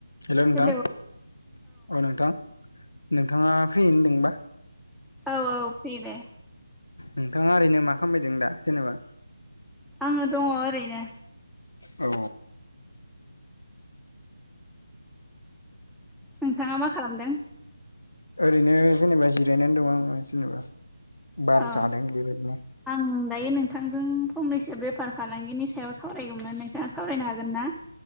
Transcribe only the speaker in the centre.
हेलौ
औ औ फ्रि दे
आङो दङ' ओरैनो
नोंथाङा मा खालामदों
औ
आं दायो नोंथांजों फंनैसो बेफार फालांगिनि सायाव सावरायगौमोन नोंथाङा सावरायनो हागोन ना